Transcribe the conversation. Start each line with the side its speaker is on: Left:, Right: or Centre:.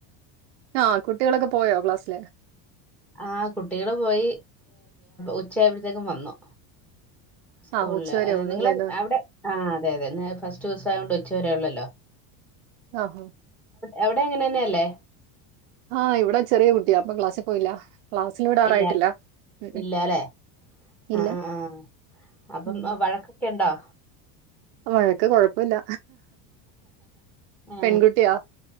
Right: ആ കുട്ടികളൊക്കെ പോയോ ക്ലാസ്സില്
Centre: ആ കുട്ടികള് പോയി ഉച്ചയായപ്പ ഴത്തേക്കും വന്നു സ്കൂളില്
Right: ആഹ് ഉച്ചവരേ ഉള്ളൂ
Centre: നിങ്ങള്
Right: അല്ലേ ഇന്ന്
Centre: അവിടെ ആ അതെ അതെ ഫസ്റ്റ് ദിവസായ യോണ്ട് ഉച്ച ഉച്ചവരെ ഉള്ളല്ലോ
Right: ആ ഹ
Centre: എവിടെ എങ്ങനെന്നെയല്ലേ
Right: ആ ഇവിടെ ചെറിയ കുട്ടിയ അപ്പ ക്ലാസ്സിൽ പോയില്ല ക്ലാസ്സിൽ വിടാറായിട്ടില്ല
Centre: ഇല്ല
Right: ഉം ഉം
Centre: ഇല്ലാലെ
Right: ഇല്ല
Centre: ആ ആ ആ അപ്പം
Right: ഉം
Centre: വഴക്കൊക്കെ ഉണ്ടോ
Right: വഴക്ക് കൊഴപ്പ ഇല്ല
Centre: ആ
Right: പെൺകുട്ടിയാ